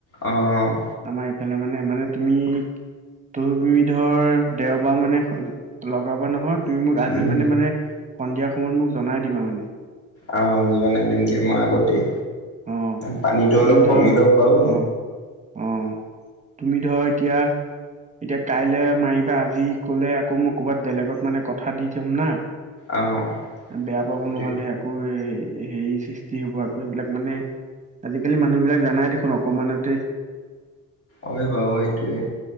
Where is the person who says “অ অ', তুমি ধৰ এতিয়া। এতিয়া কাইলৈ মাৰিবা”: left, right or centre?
Right